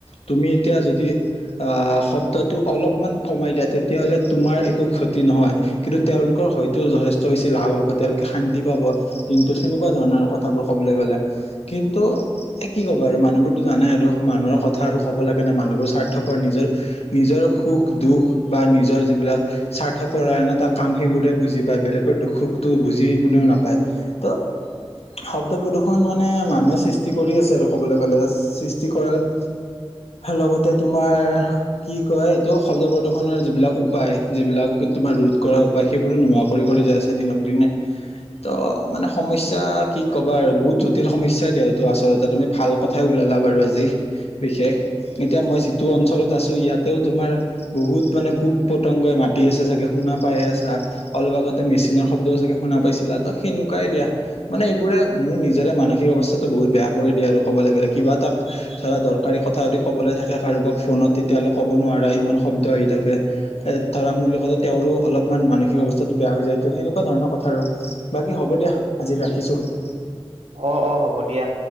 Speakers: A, on the left; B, on the right.
A: তুমি এতিয়া যদি। আহ শব্দটো অলপমান কমাই দিয়া তেতিয়াহ'লে তোমাৰ একো ক্ষতি নহয়। কিন্তু তেওঁলোকৰ হয়তো যথেষ্ট বেছি লাভ হব তেওঁলোকে শান্তি পাব দিনটোত। সেনেকুৱা ধৰণৰ কথাবোৰ ক'বলৈ গ'লে কিন্তু। এ কি ক'ব আৰু মানুহবোৰতো জানাই আৰু মানুহৰ কথা আৰু ক'ব লাগে নাই মানুহবোৰ স্বাৰ্থপ নিজৰ নিজৰ সুখ দুখ বা নিজৰ যিবিলাক। স্বাৰ্থপ আন এটা কাম সেইবোৰৰে বুজি পায় বেলেগৰ দুখ সুখতো বুজি কোনেও নাপায়। ত। শব্দ প্ৰদূৰ্ষণ মানে মানুহে সৃষ্টি কৰি আছে আৰু ক'বলৈ গ'লে সৃষ্টি কৰাৰ। লগতে তোমাৰ। কি কয় এইটো শব্দ প্ৰদুৰ্শনৰ যিবিলাক উপায় যিবিলাক তোমাৰ ৰোধ কৰা। পায় সেইবোৰো নোহোৱা কৰি যাই আছে দিনক দিনে ত মানে। সমস্যা কি ক'বা আৰু বহুত জটিল সমস্যাই দিয়া এইটো আচলতে তুমি ভাল কথাই ওলালা বাৰু আজি। বিশেষ এতিয়া মই যিটো অঞ্চলত আছো ইয়াতেও তোমাৰ বহুত মানে পোক পতংগই মাতি আছে চাগে শুনা পায়ে আছা অলপ আগতে মেচিনৰ শব্দও চাগে শুনা পাইছিলা ত সেনুকাই দিয়া মানে এইবোৰে মোৰ নিজৰে মানসিক অৱস্থাটো বহুত বেয়া কৰি দিয়ে আৰু ক'বলে গ'লে কিবা এটা ধৰা দৰকাৰী কথা যদি কবলে থাকে কাৰোবাক ফোনত তেতিয়াহ'লে ক'ব নোৱাৰা ইমান শব্দ আহি থাকে এ ধৰা মুৰ লগতে তেওঁৰো অলপমান মানসিক অৱস্থাটো বেয়া হৈ যায় ত সেনেকুৱা ধৰণৰ কথা আৰু বাকী হ'ব দিয়া আজিলে ৰাখিছো
B: অ অ হ'ব দিয়া